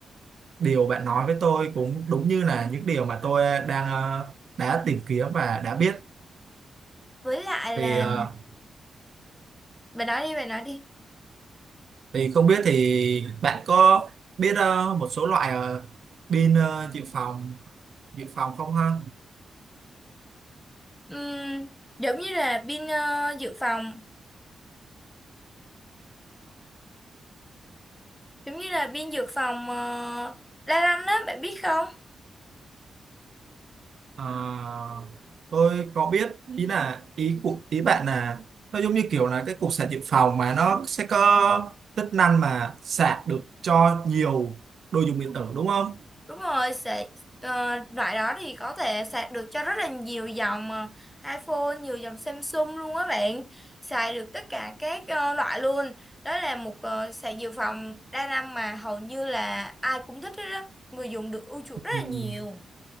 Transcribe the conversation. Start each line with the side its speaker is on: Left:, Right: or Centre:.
Right: điều bạn nói với tôi cũng đúng như là những điều mà tôi đang ờ, đã tìm kiếm và đã biết
Centre: với lại
Right: thì
Centre: là
Right: ờ,
Centre: bà nói đi bà nói đi
Right: thì không biết thì bạn có biết ờ, một số loại ờ, pin ờ, dự phòng dự phòng không ha
Centre: Ừm, giống như là pin ờ, dự phòng giống như là pin dự phòng ờ, la lanh á bạn biết không
Right: À, tôi có biết ý là ý của ý bạn là nó giống như kiểu là cái cục sạc dự phòng mà nó sẽ có tính năng mà sạc được cho nhiều đồ dùng điện tử đúng không?
Centre: Đúng rồi, sẽ ờ, loại đó thì có thể sạc được cho rất là nhiều dòng ờ, iPhone, nhiều dòng Samsung luôn á bạn. Xài được tất cả các ờ, loại luôn. Đó là một ờ, sạc dự phòng đa năng mà hầu như là ai cũng thích hết đó. Người dùng được ưa chuộng
Right: Ừ.
Centre: rất là nhiều.